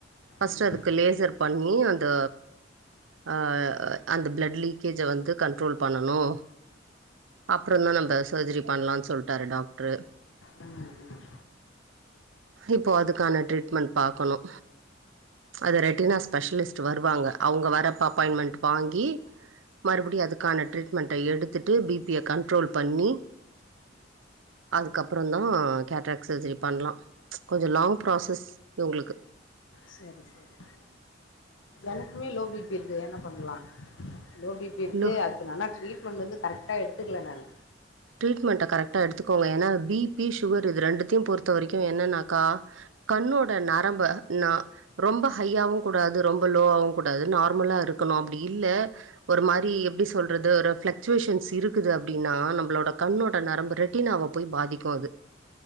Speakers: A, on the right; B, on the left.
A: பஸ்ட்
B: ம் ம்
A: அதுக்கு லேசர் பண்ணி அந்த அ அந்த பிளட் லீக்கேஜ வந்து கண்ட்ரோல் பண்ணனு அப்புறதா அந்த சர்ஜரி பண்ணலாம்னு சொல்லிட்டாரு டாக்டரு
B: ம் ம் ம் ம்
A: இப்போ அதுக்கான ட்ரீட்மெண்ட் பாக்கணு அது ரெட்டினா ஸ்பெஷலிஸ்ட் வருவாங்க அவங்க வரப்ப அப்பாயின்மெண்ட் வாங்கி மறுபடி அதுக்கான ட்ரீட்மெண்ட்ட எடுத்துட்டு பிபிய கண்ட்ரோல் பண்ணி அதுக்கப்புறதா கேட்ராக் சர்ஜரி பண்ணலா கொஞ்ச லாங் ப்ராசஸ் உங்களுக்கு
B: செரி செரி எனக்குமே லோ பிபி இருக்கு என்ன பண்ணலா லோபி இப்படி இருக்கு
A: லோ
B: அதுக்கு ஆனா ட்ரீட்மென்ட் வந்து கரெக்டா எடுத்துக்கல நானு
A: ட்ரீட்மெண்ட்ட கரெக்டா எடுத்துக்கோங்க ஏன்னா பிபி சுகர் இது ரெண்டுத்தையு பொறுத்த வரைக்கு என்னன்னாக்கா கண்ணோட நரம்ப ந ரொம்ப ஹையாவவு கூடாது ரொம்ப லோவவு கூடாது நார்மலா இருக்கணு அப்படி இல்ல ஒரு மாரி எப்படி சொல்றது ஒரு பிள்சுவேஷன்ஸ் இருக்குது அப்படின்னா நம் மளோட கண்ணோட நரம்ப ரெட்டினாவ போய் பாதிக்கு அது